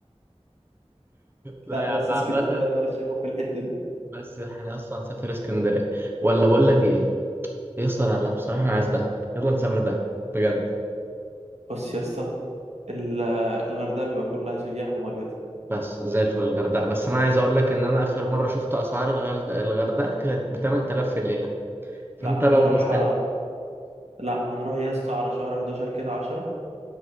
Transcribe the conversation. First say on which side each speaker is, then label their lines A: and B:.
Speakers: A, on the right; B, on the right.
A: لا
B: لا
A: يا
B: بس
A: عم
B: اسكندريه
A: عامة
B: طرشه قوي في الحته دي
A: بس احنا اصلا هنسافر اسكندرية ولا بقول لك ايه؟ يا اسطى لا لا بصراحة انا عايز دهب يلا نسافر دهب بجد
B: بص يا اسطى ال- الغردقه بيبقى كلها سياح ومليطه
A: بس زي الفل الغردقة بس انا عايز اقول لك ان انا اخر مرة شفت اسعار الغرد- الغردقة كانت ب 8000 في الليلة فانت
B: لا
A: لو
B: هنروح
A: مست
B: لا هنروح يا اسطى على شهر 11 كده 10